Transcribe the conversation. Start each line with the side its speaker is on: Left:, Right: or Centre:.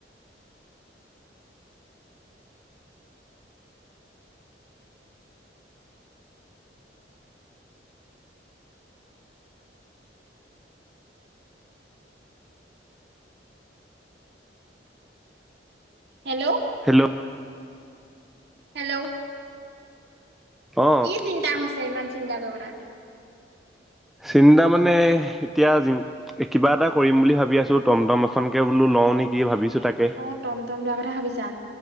Right: hello
Centre: hello
Right: hello
Centre: অ
Right: কি চিন্তা হৈছে, ইমান চিন্তা কৰিব নালাগে।
Centre: চিন্তা মানে, এতিয়া যি কিবা এটা কৰিম বুলি ভাবি আছোঁ, টমটম এখনকে বোলো লও নেকি, ভাবিছোঁ তাকে।
Right: অ', টম টম লোৱা কথা ভাবিছা।